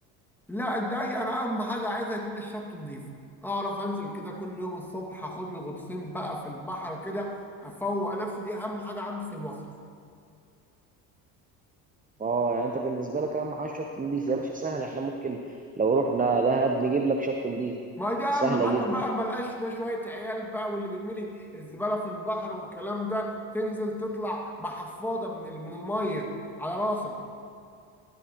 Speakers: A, in the centre; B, on the right.
A: لا انت اي انا اهم حاجه عايزها يكون الشط نظيف اعرف انزل كده كل يوم الصبح اخد لي غطسين بقى في البحر كده افوق نفسي دي اهم حاجه عندي في المصيف
B: اه يعني انت بالنسبه لك اهم حاجه شط نضيف يا باشا سهل احنا ممكن لو رحنا دهب نجيب لك شط نضيف
A: ما دي اهم
B: سهله
A: حاجه
B: جدا
A: بقى ملقاش فيها شويه عيال بقى واللي بيرمي لي الزباله في البحر والكلام ده تنزل تطلع بحفاضه من ال- من الميه على راسك